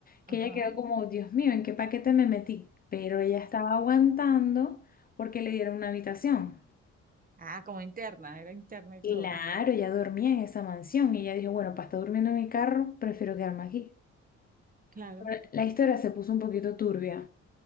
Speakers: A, on the left; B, on the right.
A: que
B: Ajá.
A: ella quedó como, Dios mío, ¿en qué paquete me metí? Pero ella estaba aguantando porque le dieron una habitación.
B: Ah, como interna, era interna y
A: Claro,
B: todo.
A: ella dormía en esa mansión y ella dijo, bueno, para estar durmiendo en mi carro, prefiero quedarme aquí.
B: Claro,
A: Pero la historia se puso un poquito turbia.